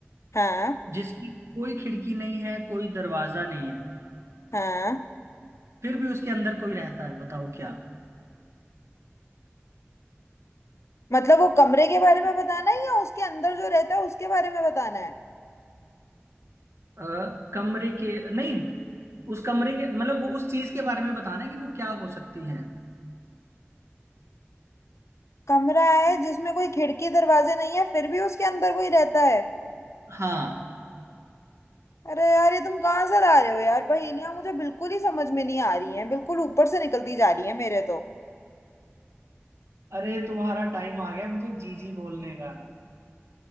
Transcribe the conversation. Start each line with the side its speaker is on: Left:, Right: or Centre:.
Left: हाँ
Right: जिसकी कोई खिड़की नहीं है कोई दरवाजा नहीं है
Left: हाँ
Right: फिर भी उसके अंदर कोई रहता है बताओ क्या
Left: मतलब वो कमरे के बारे में बताना है या उसके अंदर जो रहता है उसके बारे में बताना है
Right: अ, कमरे के नहीं उस कमरे के मतलब वो उस चीज के बारे में बताना है कि वो क्या हो सकती है
Left: कमरा है जिसमें कोई खिड़की दरवाजे नहीं है फिर भी उसके अंदर कोई रहता है
Right: हाँ
Left: अरे यार ये तुम कहाँ से ला रहे हो यार पहेलियां मुझे बिल्कुल ही समझ में नहीं आ रही हैं बिल्कुल ऊपर से निकलती जा रही है मेरे तो
Right: अरे तुम्हारा टाइम आ गया मुझे जी जी बोलने का